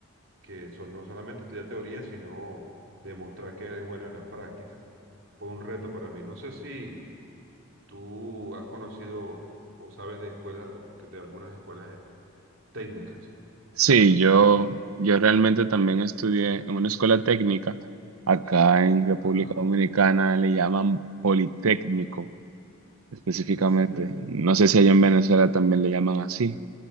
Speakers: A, on the right (about 65°); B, on the right (about 85°).
A: que son, no solamente estudiar teoría, sino demostrar que eres bueno en la práctica. Fue un reto para mí. No sé si... ¿Tú has conocido o sabes de escuelas, de algunas escuelas técnicas
B: sí,
A: en tu
B: yo,
A: país?
B: yo realmente también estudié en una escuela técnica. Acá en República
A: Ah,
B: Dominicana le llaman Politécnico específicamente.
A: excelente.
B: No sé si allá en Venezuela también le llaman así.